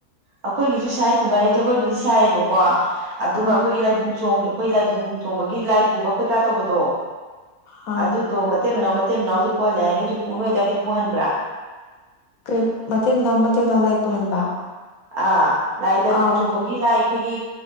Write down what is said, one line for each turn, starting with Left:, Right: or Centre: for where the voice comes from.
Right: ꯑꯩꯈꯣꯏꯒꯤꯁꯨ ꯁꯥꯏ ꯐꯨꯡꯒꯥꯔꯦꯟ ꯖꯒꯣꯏꯕꯨꯗꯤ ꯁꯥꯏꯌꯦꯕꯀꯣ ꯑꯗꯨꯒ
Left: ꯑꯥ
Right: ꯑꯩꯈꯣꯏꯒꯤ ꯂꯥꯏꯕꯨꯡ ꯆꯣꯡ ꯑꯩꯈꯣꯏ ꯂꯥꯏꯕꯨꯡ ꯆꯣꯡꯕꯒꯤ ꯂꯥꯏ ꯄꯨꯕ ꯀꯩꯀꯥ ꯇꯧꯕꯗꯣ
Left: ꯑꯥ
Right: ꯑꯗꯨꯗꯣ ꯃꯥꯇꯩ ꯃꯅꯥꯎ ꯃꯤꯇꯩ ꯃꯅꯥꯎꯁꯨ ꯄꯨꯍꯜꯂꯦ ꯍꯥꯏ ꯅꯣꯏꯁꯨ ꯄꯨ ꯅꯣꯏꯗꯥꯏꯗꯤ ꯄꯨꯍꯟꯕ꯭ꯔꯥ꯫
Left: ꯀꯩ ꯃꯥꯇꯩꯅꯥꯎ ꯃꯥꯇꯩꯅꯥꯎ ꯂꯥꯏ ꯄꯨꯍꯟꯕ꯫
Right: ꯑꯥ ꯂꯥꯏ ꯂꯥꯏꯕꯨꯡ
Left: ꯑꯥ
Right: ꯆꯣꯡꯕꯒꯤ ꯂꯥꯏ꯫ ꯑꯩꯈꯣꯏꯒꯤ